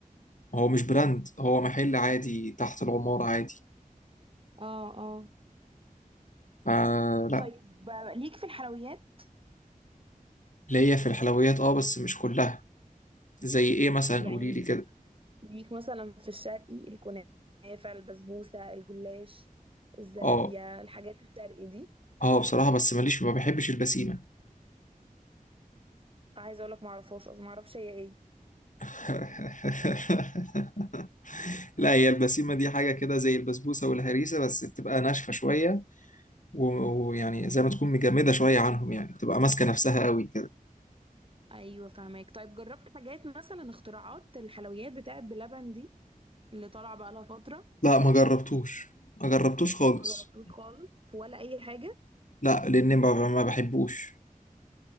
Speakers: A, on the left; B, on the right.
A: هو مش براند هو محل عادي تحت العمارة عادي
B: اه اه
A: فلا
B: طيب آه، ليك في الحلويات
A: ليا في الحلويات اه بس مش كلها زي ايه مثلا
B: يعني
A: قولي لي كده
B: ليك مثلا في الشرقي الكنافه البسبوسه الجلاش الزلابيه
A: اه
B: الحاجات الشرقي دي
A: اه بصراحة بس ماليش ما بحبش البسيمة
B: عايزه اقول لك ما اعرفهاش اصلا ما اعرفش هي ايه
A: <laughs> لا هي البسيمة دي حاجة كده زي البسبوسة والهريسة بس بتبقى ناشفة شوية و- ويعني زي ما تكون مجمدة شوية عنهم يعني بتبقى ماسكة نفسها قوي كده
B: ايوه فهماك طيب جربت حاجات مثلا اختراعات الحلويات بتاعت بلبن دي اللي طالعه بقى لها فتره
A: لا ما جربتوش ما جربتوش خالص
B: ما جربتوش خالص ولا اي حاجه
A: لا لأن ما ما بحبوش